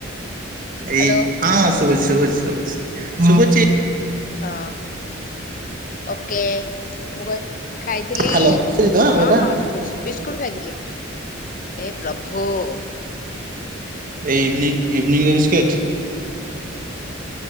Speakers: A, on the left (about 40°); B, on the right (about 40°).
A: ହ୍ୟାଲୋ
B: ଏଇ ହଁ ଶୁଭୁଚି ଶୁଭୁଚି ଶୁଭୁ ଶୁବୁଚି।
A: ହଁ ଓକେ ମୁଁ କ ଖାଇଥିଲି?
B: ହ୍ୟାଲୋ ଶୁଭୁଛି ତ ଆମ
A: ହଁ
B: କଥା
A: ହଁ ଶୁଭୁଛି ବିସ୍କୁଟ ଖାଇଥିଲି ଏ ପ୍ରଭୁ ହଁ।
B: ଏଇ ଇଭିନିଂ ଇଭିନିଂ ରେ ବିସ୍କେଟ?